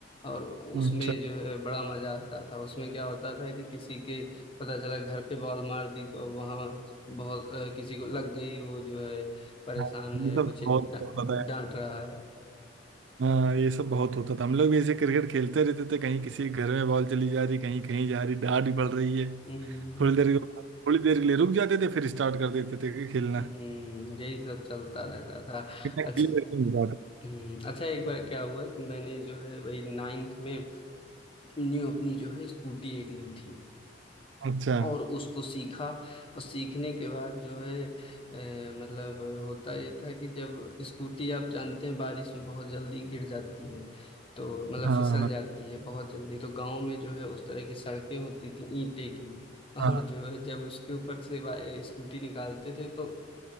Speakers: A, on the left; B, on the right.
A: और उसमें
B: हम्म, अच्छा
A: जो है बड़ा मजा आता था उसमें क्या होता था कि किसी के पता चला घर पे बॉल मार दी तो अब वहां बहुत अ, किसी को लग गई वो जो है परेशान
B: हाँ, ये
A: है
B: सब
A: वो चिल-
B: बहुत
A: डा-
B: होता था
A: डांट रहा है
B: हाँ ये सब बहुत होता था हम लोग भी ऐसे क्रिकेट खेलते रहते थे कहीं किसी के घर में बॉल चली जा रही कहीं कहीं जा रही डांट भी पड़ रही है
A: हम्म,
B: थोड़ी देर के बाद थोड़ी देर के लिए रुक जाते थे फिर स्टार्ट कर देते थे कि खेलना
A: हम्म, यही सब चलता रहता था
B: बिना खेले
A: अच्छा
B: रखेंगे बात।
A: हम्म, अच्छा एक बार क्या हुआ कि मैंने जो है वही नाइन्थ में न्यू अपनी जो है स्कूटी एक ली थी
B: अच्छा
A: और उसको सीखा और सीखने के बाद जो है अ, मतलब होता ये था कि जब स्कूटी आप जानते हैं बारिश में बहुत जल्दी गिर जाती है तो मतलब
B: हाँ
A: फिसल जाती है बहुत जल्दी तो गांव में जो है उस तरह की सड़कें होती थी ईंटे की और
B: हाँ
A: जो है जब उसके ऊपर से बा- स्कूटी निकालते थे तो